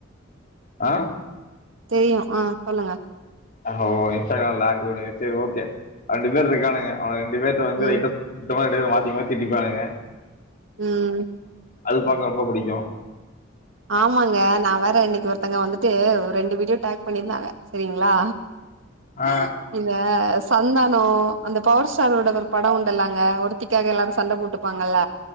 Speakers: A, on the left (about 45°); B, on the right (about 75°).
A: ஆ
B: தெரியும் ஆ சொல்லுங்க
A: அஹ ஓ இன்ஸ்டாகிராம்ல <unintelligible> சரி ஓகே ரெண்டு பேர் இருக்கானுங்க அவ ரெண்டு பேர்ட வந்து
B: ம்
A: லைட்டா <unintelligible> மாத்தி மாத்தி டிப்பானுங்க
B: ம்
A: அது பாக்க ரொம்ப புடிக்கும்
B: ஆமாங்க நா வேற இன்னைக்கு ஒருத்தங்க வந்துட்டு ரெண்டு வீடியோ டேக் பண்ணிருந்தாங்க செரிங்ளா <unintelligible>
A: ஆ
B: சந்தானோ அந்த பவர் ஸ்டாரோட ஒரு படோ உண்டுல்லங்க ஒருத்திக்காக எல்லாரு சண்ட போட்டுப்பாங்கல்ல